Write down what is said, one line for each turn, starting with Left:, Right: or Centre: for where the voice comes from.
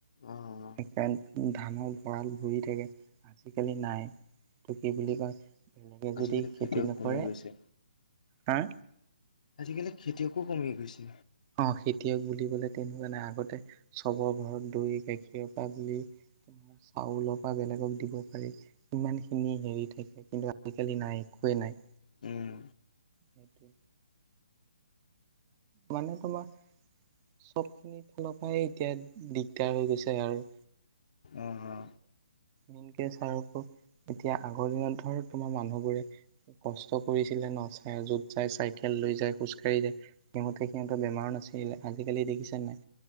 Left: অ'।
Right: সেইকাৰণে ধানৰ ভঁৰাল ভৰি কে, আজিকালি নাই, এইটো কি বুলি কয়। বেলেগে
Left: আজিকালি
Right: যদি খেতি
Left: খেতিয়ক
Right: নকৰে,
Left: কমি গৈছে,
Right: হা
Left: আজিকালি খেতিয়কো কমি গৈছে।
Right: অ, খেতিয়ক বুলিবলৈ তেনেকুৱা নাই, জানে আগতে চবৰ ঘৰত দৈ গাখীৰৰ পৰা বুলি চাউলৰ পৰা বেলেগক দিব পাৰি। ইমান খিনি হেৰি থাকে, কিন্তু আজিকালি নাই একোৱেই নাই।
Left: উম,
Right: সেইটো মানে, তোমা সব খিনিৰ ফালৰ পৰাই এতিয়া দিগদাৰ হৈ গৈছে আৰু।
Left: অ অ
Right: মিনকে ছাৰকো এতিয়া আগৰ দিনত ধৰ তোমাৰ মানুহবোৰে কষ্ট কৰিছিলে ন ছাই য'ত যাই চাইকেল লৈ যাই খোজ কাঢ়ি যায়। সিহঁতি সিহঁত বেমাৰ নাছিলে আজিকালি দেখিছে নাই